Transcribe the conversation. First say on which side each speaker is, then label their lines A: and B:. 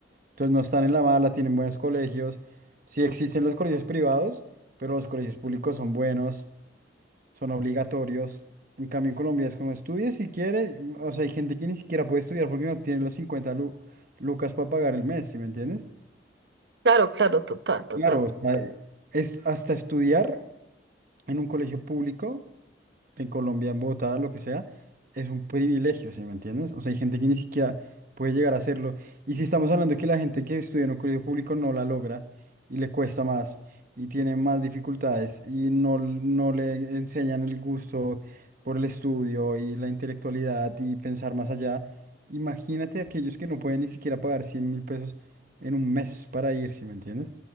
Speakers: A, on the right; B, on the right.
A: Entonces no están en la mala, tienen buenos colegios, sí existen los colegios privados, pero los colegios públicos son buenos, son obligatorios. En cambio, en Colombia es como estudie si quiere, o sea, hay gente que ni siquiera puede estudiar porque no tiene los cincuenta lu- lucas para pagar el mes, ¿sí me entiendes?
B: claro, claro, total, total.
A: Claro, o sea, es hasta estudiar en un colegio público. en Colombia, en Bogotá, lo que sea, es un privilegio, ¿sí me entiendes? O sea, hay gente que ni siquiera puede llegar a hacerlo. Y si estamos hablando de que la gente que estudia en un colegio público no la logra y le cuesta más y tiene más dificultades y no, l- no le enseñan el gusto por el estudio y la intelectualidad y pensar más allá, imagínate aquellos que no pueden ni siquiera pagar 100 mil pesos en un mes para ir, ¿sí me entiendes?